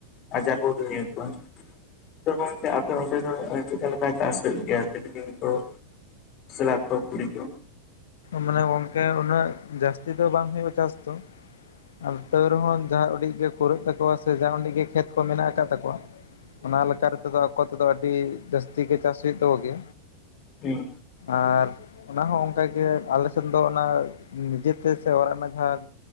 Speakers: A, on the left; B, on the left.
A: ᱟᱡᱟᱨ ᱠᱚ <inaudible> <inaudible> ᱦᱚᱭ ᱛᱮ ᱟᱯᱮ ᱚᱱᱰᱮ ᱫᱚ ᱪᱮᱫᱠᱟ ᱞᱮᱠᱟ ᱪᱟᱥ ᱦᱩᱭᱩᱜ ᱜᱮᱭᱟ ᱥᱮ ᱫᱤᱱ ᱠᱚ ᱥᱞᱟᱴ ᱠᱚ ᱠᱩᱰᱤ ᱠᱚ
B: ᱢᱟᱱᱮ ᱜᱚᱝᱠᱮ ᱩᱱᱟᱹᱜ ᱡᱟᱹᱥᱛᱤ ᱫᱚ ᱵᱟᱝ ᱦᱩᱭᱩᱜ-ᱟ ᱪᱟᱥ ᱫᱚ᱾ ᱟᱫᱚ ᱛᱟᱹᱣ ᱨᱮᱦᱚᱸ ᱡᱟᱸᱦᱟᱸ ᱚᱰᱤᱡ ᱜᱮ ᱠᱩᱨᱟᱹᱜ ᱛᱟᱠᱚᱣᱟ ᱥᱮ ᱡᱟᱸᱦᱟᱸ ᱚᱰᱤᱡ ᱜᱮ ᱠᱷᱮᱛ ᱠᱚ ᱢᱮᱱᱟᱜ ᱟᱠᱟᱫ ᱛᱟᱠᱚᱣᱟ ᱚᱱᱟ ᱞᱮᱠᱟ ᱨᱮ ᱛᱮᱫᱚ ᱟᱠᱚ ᱛᱮᱫᱚ ᱟᱹᱰᱤ ᱡᱟᱹᱥᱛᱤ ᱜᱮ ᱪᱟᱥ ᱦᱩᱭᱩᱜ ᱛᱟᱠᱚ ᱜᱮ᱾
A: ᱦᱩᱸ
B: ᱟᱨ ᱚᱱᱟ ᱦᱚᱸ ᱚᱱᱠᱟ ᱜᱮ᱾ ᱟᱞᱮ ᱥᱮᱱ ᱫᱚ ᱚᱱᱟ ᱱᱤᱡᱮ ᱛᱮ ᱥᱮ ᱚᱲᱟᱜ ᱨᱮᱱᱟᱜ ᱡᱟᱸᱦᱟᱸ